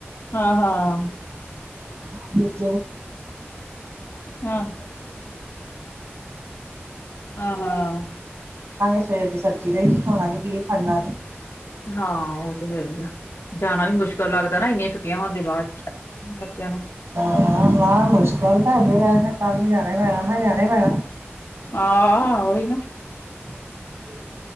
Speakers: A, on the left; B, on the right.
A: ਹਾਂ ਹਾਂ,
B: <unintelligible> <inaudible> ਉਠਾਂਗੇ
A: ਹਾਂ, ਹਾਂ-ਹਾਂ।
B: ਸਵੇਰ ਦੀ ਸਬਜ਼ੀ ਲਈ, ਹੁਣ ਆ ਕੇ ਕੀ ਖੜਣਾ ਨੇ
A: ਹਾਂ, ਉਹ ਤੇ ਹੈ ਹੀ ਏ, ਜਾਣਾ ਵੀ ਮੁਸ਼ਕਿਲ ਲੱਗਦਾ ਨਾ ਇ ਛੁੱਟੀਆਂ ਹੋਣ ਦੇ ਬਾਅਦ ਚ, ਬੱਚਿਆਂ ਨੂੰ
B: ਆਹ ਹਾਂ ਮੁਸ਼ਕਿਲ ਤਾਂ ਅਗੇ ਹੈਗੀ ਐ, ਇਨ੍ਹਾਂਨੂੰ ਕੱਲ ਨੂੰ ਜਾਣਾ ਈ ਪੈਣਾ ਨਾ, ਜਾਣਾ ਈ ਪੈਣਾ ਨਾ
A: ਆਂਹ ਓਈ ਨਾ
B: <inaudible>